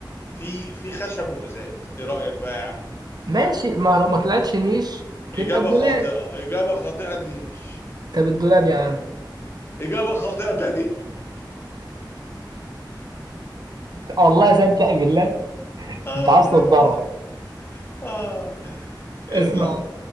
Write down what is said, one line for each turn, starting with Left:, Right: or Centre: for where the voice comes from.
Left: في في خشب وازاز ايه رأيك بقى يا عم
Right: ماشي ما لو ما طلعتش نيش تبقى
Left: اجابة
Right: الدولاب
Left: خاطئة اجابة خاطئة النيش
Right: طب الدولاب يا عم
Left: اجابة خاطئة تانية
Right: والله صدق بالله
Left: <laughs> اه
Right: انت عايز
Left: لا
Right: تتضرر
Left: بالله اه ابلع
Right: اسمع